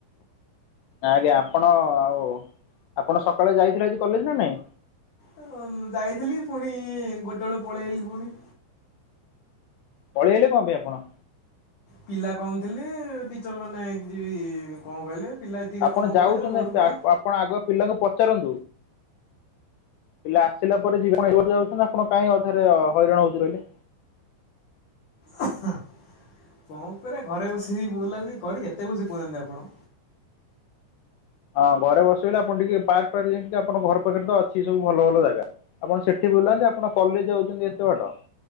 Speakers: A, on the left; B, on the left.
A: ଆଜ୍ଞା। ଆପଣ ଆଉ, ଆପଣ ସକାଳେ ଯାଇଥିଲେ ଆଜି କଲେଜ ନା ନାଇଁ?
B: ତ ମୁଁ ଯାଇଥିଲି ଫୁଣି ଗୋଟେ ବେଳେ ପଳେଇ ଆସିଲି ଫୁଣି।
A: ପଳେଇଆଇଲେ କଣ ପାଇଁ ଆପଣ?
B: ପିଲା କମ୍ ଥିଲେ। ଟିଚର ମାନେ ଏଗ ଯିବି କଣ କହିଲେ। ପିଲା ଏତିକି
A: ଆପଣ
B: କହିଲେ କ'ଣ
A: ଯାଉଛନ୍ତି।
B: ପଳେଇବା ଚାଲ ଘରକୁ ପଳେଇବା
A: ଆ-ଆପଣ ଆଗୁଆ ପିଲାଙ୍କୁ ପଚାରନ୍ତୁ। ପିଲା ଆସିଲା ପରେ ଯିବେ, ଆପଣ ଏତେ ବାଟ ଯାଉଛନ୍ତି। ଆପଣ କଇଁ ଅଧାରେ କାଇଁ ହଇରାଣ ହଉଛେ କହିଲେ?
B: ହଁ। <unintelligible> କଣ କରିବା, ଘରେ ବସିକି ବୋର ଲାଗୁଛି। ଘରେ କେତେ ବସିବି କହୁନାହାନ୍ତି ଆପଣ?
A: ହଁ ଘରେ ବସିବିନା ଆପଣ ଟିକେ ପାର୍କ ଫାର୍କ ଯାଇ ଟିକେ ଆପଣ ଘର ପାଖରେ ତ ଅଛି ସବୁ ଭଲ ଭଲ ଜାଗା ଆପଣ ସେଠି ବୁଲାନ୍ତି ଆପଣ କଲେଜ ଯାଉଚନ୍ତି ଏତେ ବାଟ।